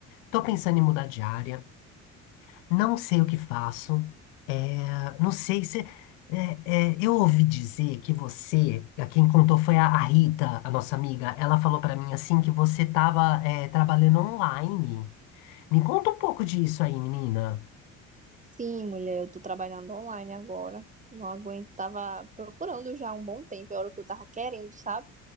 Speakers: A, on the left (about 70°); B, on the right (about 20°).
A: tô pensando em mudar de área, não sei o que faço, é, não sei se. é, é, eu ouvi dizer que você, a quem contou foi a, a Rita, a nossa amiga, ela falou pra mim assim que você tava é, trabalhando online. Me conta um pouco disso aí, menina.
B: Sim, mulher, eu tô trabalhando online agora. Não aguento, tava procurando já há um bom tempo, era o que eu tava querendo, sabe?